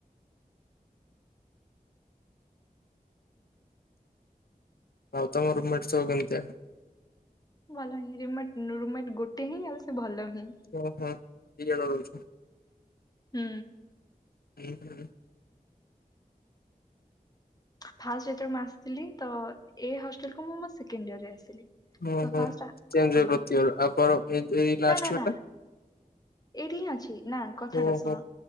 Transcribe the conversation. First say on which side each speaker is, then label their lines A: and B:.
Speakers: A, on the left; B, on the left.
A: ଆଉ ତମ ରୁମେଟ ସବୁ କେମିତିଆ?
B: ଭଲ ହଁ ରୁମେଟ୍ ରୁମେଟ ଗୋଟେ ହିଁ ଆଉ ସେ ଭଲ ହିଁ।
A: ଉଁ ହୁଁ ଦି ଜଣ ରହୁଛୁ।
B: ହୁଁ।
A: ଉହୁଁ।
B: ଫାଷ୍ଟ ଯେତବେଳେ ମୁଁ ଆସିଥିଲି ତ ଏ ହଷ୍ଟେଲକୁ ମୁଁ ମୋ ସେକେଣ୍ଡ ଇୟରରେ ଆସିଲି।
A: ଓ
B: ତ
A: ହୋ
B: ଫାଷ୍ଟ
A: ଚେଞ୍ଜ
B: ହଁ
A: ହୁଏ ପ୍ରତି <inaudible> ଲାଷ୍ଟ
B: ନା ନା
A: ୟର
B: ନା
A: ଟା।
B: ଏଇଠି ହିଁ ଅଛି ନା କଥାଟା
A: ଟା ଓହୋ।
B: ଶୁଣ